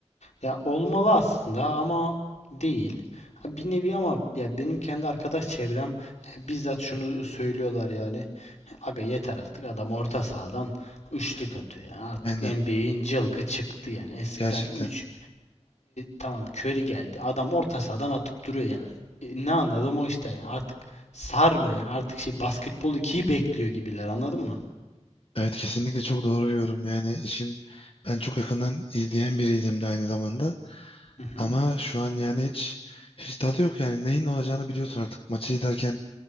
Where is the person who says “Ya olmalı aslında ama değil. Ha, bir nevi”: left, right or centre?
Left